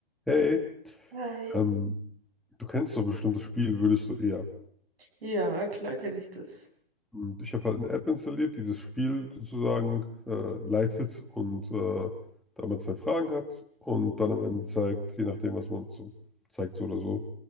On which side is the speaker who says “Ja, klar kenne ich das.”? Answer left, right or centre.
Right